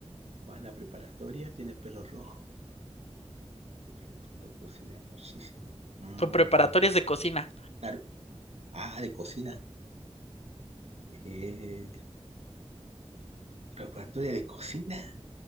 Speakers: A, on the right; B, on the left.
A: Va a la preparatoria, tiene el pelo rojo y le gusta cocinar muchísimo. Mm,
B: Su preparatoria es de cocina.
A: claro. Ah, de cocina. Eh, preparatoria de cocina.